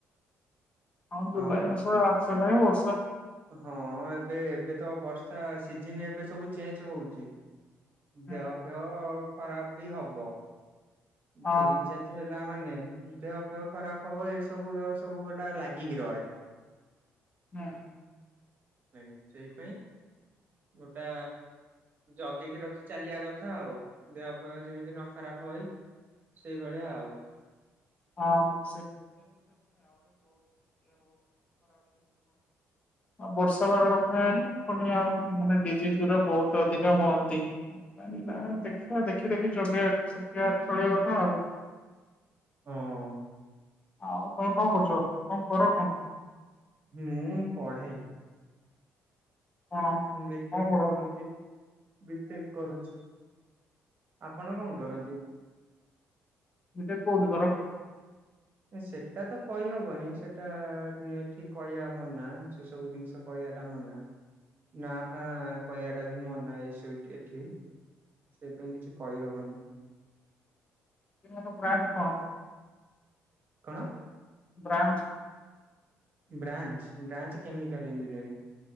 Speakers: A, on the left; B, on the right.
A: ହ ଜୁଲାଇ
B: ଆଉ
A: ମାସ ଆସିଲାଣି ବ
B: ହଁ ଏବେ ଏବେ ତ ବର୍ଷା ସିଜୀନ ଏବେ ସବୁ ଚେଞ୍ଜ ହଉଛି।
A: ହୁଁ
B: ଦେହ ପେହ ଖରାପ ବି ହବ,
A: ହଁ
B: ସିଜୀନ ଚେଞ୍ଜ ହେଲ ମାନେ ଦେହ ପା ଖରାପ ହବ ଏ ସବୁ ସବୁ ଗୋଟା ଲାଗିକି ରହେ।
A: ହଁ
B: ମେ ବି ସେଇପାଇଁ ଗୋଟା ଜଗିକି ରଖି ଚାଲିବା କଥା ଆଉ ଦେହ ଫେଓ ଜେମିତି ନ ଖରାପ ହଏ। ସେଇଭଳିଆଉ
A: ହଁ <unintelligible> ଅ ବର୍ଷା ବାଗରେ <unintelligible> <unintelligible> ଡିଜି ଜିର ବହୁତ ଅଧିକା ହୁଅନ୍ତି, ପାନା ଦେଖିବା ଦେଖି ଦେଖି ଚ <unintelligible> ଚଳିବା କଥା।
B: ହଁ
A: ଆଉ ତ କଣ କରୁଚ? କଣ କର କଣ?
B: ହୁଁ ମୁଁ ପଢେ।
A: କଣ
B: ବି
A: କଣ
B: ଟେକ୍
A: ପଢ
B: କରୁଚିି ବି ଟେକ୍ କରୁଛି। ଆପଣ କନ୍ କରନ୍ତି?
A: ବି ଟେକ୍ କଉଠୀ କର?
B: ଆଁ ସେଟା ତ କଇ ହବନି ସେଟାଆ-ଆ-ଆ ଏ ଏଠି କହିବା ମନା ସେ ସବୁ ଜିନିଷ କହି ଏଟା ମନା, ନା ଫାଆଁ କହିବା ଟା ବି ମନା, ଏ ସେଇଟି ଏଠି ସେ ପାଇଁ କିଛି କଇ ହବନି।
A: <unintelligible>
B: କଣ?
A: ବ୍ରାମ <unintelligible>
B: branch branch chemical engineering.